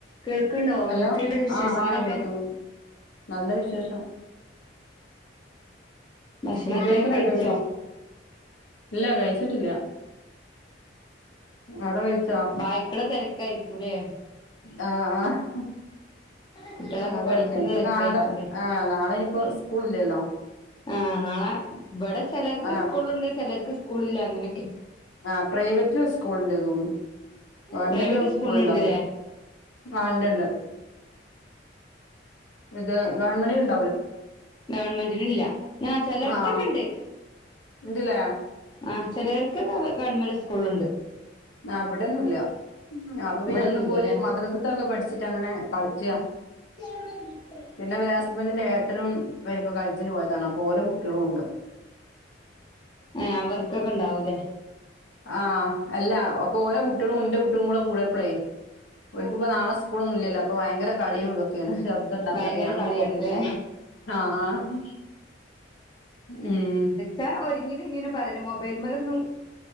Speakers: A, on the left; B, on the left.
A: കേൾക്ക്ണ്ടോ
B: ഹലോ
A: എന്തൊക്കേണ്ട് വിശേഷങ്ങളൊക്കെ
B: ആഹ് ആഹ് കേൾക്കുന്നു നല്ല വിശേഷം
A: ഭക്ഷണൊക്കെ
B: ഫുഡ്കഴിക്കലൊക്കെ
A: കഴിച്ചോ
B: കഴിഞ്ഞോ ഇല്ല കഴിച്ചിട്ടില്ല അവിടെ കഴ്ച്
A: ബായ്ക്ക്ണെ തെരക്കായിരിക്കുലേ
B: ആഹ് ആഹ് ഹ്
A: കുട്ടികളൊക്കെ
B: ആ ആതെരക്കേനി.
A: പഠിക്കുന്ന
B: ഇപ്പ
A: തിരക്കായിരിക്കൂല്ലേ
B: നാളെ ആഹ് നാളെ ഇനിയിപ്പോ സ്കൂള് ഇല്ലല്ലോ
A: ആഹ് നാളെ ഇബടെ ചെലർക്ക്
B: ആഹ്
A: സ്കൂള്ണ്ട്. ചെലർക്ക് സ്കൂള് ഇല്ല അങ്ങനൊക്കെ
B: ആഹ് പ്രൈവറ്റില് സ്കൂൾണ്ട് തോന്നുണ്. ഗവൺമെന്റിലൊന്നും
A: പ്രൈവറ്റ് സ്കൂളിനുണ്ട്ല്ലേ
B: സ്കൂൾ ഇണ്ടാവുല്ല ആ ഇണ്ട് ണ്ട് ണ്ട് ഇത് ഗവൺമെന്റില്ണ്
A: ഗവൺമെന്റിലില്ല ആ ചെലട്
B: ആഹ്
A: ത്തൊക്കെണ്ട്
B: ഇണ്ട്ല്ലേ
A: ആഹ് ചെലേർകൊക്കെ ഗവൺമെന്റ് സ്കൂള്ണ്ട്
B: ആ ഇബെടൊന്നുംല്ല അപ്പൊ പിന്നെ
A: ഇവിടൊന്നുംല്ലല്ലേ
B: ഇന്ന്പ്പോല് മദ്രാസ്ത്തൊക്കെ പഠിച്ചിട്ട ങ്ങനെ കളിക്യാ
A: ഇബെടെ <unintelligible> വിക്ക
B: പിന്നെ ഇവെരെ ഹസ്ബന്റിന്റെ ഏട്ടനുംവൈഫൊക്കെ ഹജ്ജിന് പോയതാണ്. അപ്പൊ ഓലെ കുട്ട്യേളുംണ്ട്.
A: ഏഹ് അവർക്കൊക്കെ ഇണ്ടാവുല്ലെ
B: ആഹ് അല്ല അപ്പൊ ഓലെ കുട്ട്യേളും ഇന്റെ കുട്ട്യേളും കൂടെ കൂട്യേപ്പളെ ഓല്ക്ക്പ്പ നാളെ സ്കൂളോന്നുല്യല്ലോ അപ്പോ ഭയങ്കര കളിയും തും ക്ക്യാണ്. ശബ്ദണ്ടാക്കല.
A: ഭയങ്കര
B: അപ്പ ഞാങ്ങട്ട്
A: കളിയാണ്ല്ലേ
B: പൊറ്ത്ത് പോന്നാ ആഹ് ആഹ് ഉം
A: താ ഒരിങ്ങലും ഇങ്ങനെ പറണം. മൊബൈൽമലൊന്നും